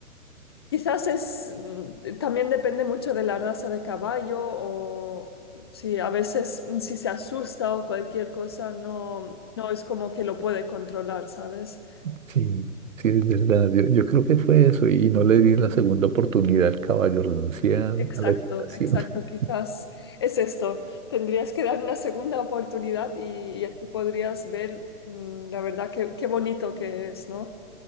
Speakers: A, on the left (about 20°); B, on the right (about 60°).
A: quizás es mm, también depende mucho de la raza de caballo o sí, a veces mm, si se asusta o cualquier cosa no no es como que lo puede controlar, ¿sabes?
B: Sí, sí, es verdad. Yo, yo creo que fue eso y no le di la segunda oportunidad al caballo, renuncié a, a
A: Exacto,
B: la equitación.
A: exacto,
B: <laughs>
A: quizás es esto. Tendrías que dar una segunda oportunidad y, y así podrías ver mm, la verdad qué qué bonito que es, ¿no?